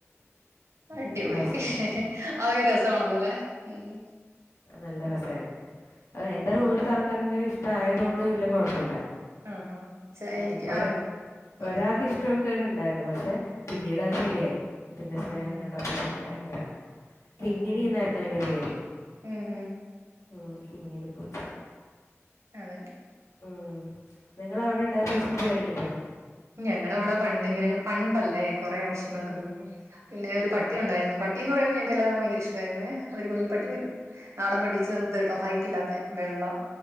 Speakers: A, on the right; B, on the left.
A: അടിപൊളി
B: ഹോസ്റ്റലിൽ
A: അതൊക്കെ രസമാണല്ലോ അല്ലെ ഉം മ്
B: നല്ല രസായിരുന്നു അ എന്റെ റൂമിലത്തെ ആൾക്കാർക്കൊക്കെ ഇഷ്ട ആയതൊണ്ട് വല്യ കുഴപ്പല്ല
A: ആഹാ ശ്ശെ,
B: ഉം
A: എനിക്ക്
B: ഒരാ
A: ആ ഉം
B: ഒരാൾക്ക് ഇഷ്ട ണ്ടായിരുന്നു പക്ഷെ പിന്നീട് അത് ശരിയായി ഇതിൻ്റെ
A: ഉം
B: സ്നേഹം
A: ഉം
B: കണ്ടപ്പോൾ പിന്നെ ഭയങ്കര കിങ്ങിണി
A: ഉം ഉം
B: എന്നായിരുന്നു അതിന്റെ പേര്
A: ഉം ഉം
B: ഉം കിങ്ങിണി പൂച്ച
A: അതെ
B: ഉം നിങ്ങള് അവിടെ ഉണ്ടായ പൂച്ചക്ക് പേരിട്ടില്ലാ
A: ഞങ്ങടെ അവിടെ പണ്ടിങ്ങനെ പണ്ടല്ലേ കുറേ വർഷങ്ങൾക്ക്
B: ഉം.
A: മുമ്പ് പിന്നെ
B: ഉം.
A: ഒരു പട്ടിയുണ്ടായിരുന്നു പ പട്ടിന്നു പറഞ്ഞാ ഞങ്ങക്ക് എല്ലാർക്കും ഭയങ്കര ഇഷ്ട്ടായിരുന്നേ ഒരു കുഞ്ഞി പട്ടിയായിരുന്നു. നാടൻ പട്ടി ചെറുതെട്ടോ ഹൈറ്റ് കില്ലാതെ വെള്ള